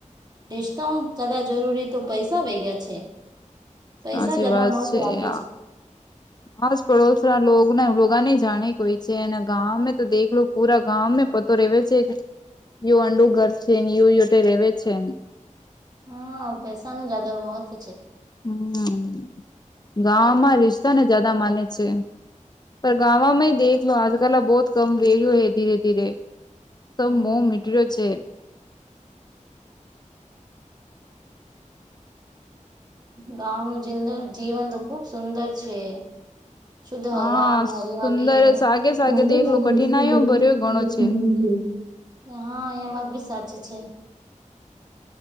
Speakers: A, on the right; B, on the left.
A: બેચતા હ જદ જરૂરી તો પૈસા આવી ગયા છે. પૈસા
B: સાચી
A: જ્યાદા
B: વાત
A: મહત્વ
B: છે
A: રાખે
B: આ ખાસ પડોશ ના લોગના રગાને જાણે કોઈ છે અને ગામમે તો દેખલો પુરા ગામમે પતો ર છે યયો અંડું ઘર છે ને યયો યોટે રે છે.
A: હા પેસા નું જદર મોત છે.
B: હમ ગમાં રિ શ્તા જદા માને છે પર ગાવામાં દેખ લો આજ લા બહુત કમ વેું હ ધીરે ધીરે. સબ
A: હમ.
B: મોહ મીટર્યો છે
A: ગાવાનું જિંદ જીવન તો ખુબ સુંદર છે. શુદ્ધ હવા
B: હા
A: ને
B: સુંદર
A: હરિયાલીન
B: સાગે સાગે
A: <unintelligible>
B: દેખલો કઠિનાઈઓ ભર્યો ઘણો છે
A: હા એિયા વાત ભી સાચી છે.